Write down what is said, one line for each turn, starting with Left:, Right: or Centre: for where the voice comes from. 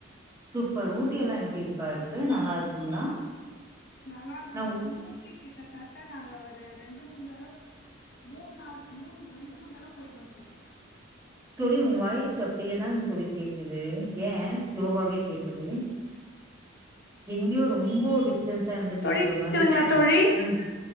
Right: சூப்பர் ஊட்டி எல்லாம் எப்டி இருப்பா இருக்கு நல்லா இருக்குங்களா
Left: நல்லா இருக்கும்
Right: நா
Left: த சுற்றி கிட்டத்தட்ட நாங்கள் ஒரு ரெண்டு மூணு தடவை மூணு நாள் மூண ரெண்டு மூணு தடவை போய்டட்டுோு சொோன்ன
Right: தடி உ வாய்ஸ் அப்படியே தான் துடி கேக்குது ஏன் ஸ்லோவாவே கேக்குது எங்கேயோ ரொம்ப உடிச ா இருந்து பேசுற
Left: தோழி கேக்குதுங்களா
Right: மாதிரி இருக்கும்
Left: தோழி
Right: ம்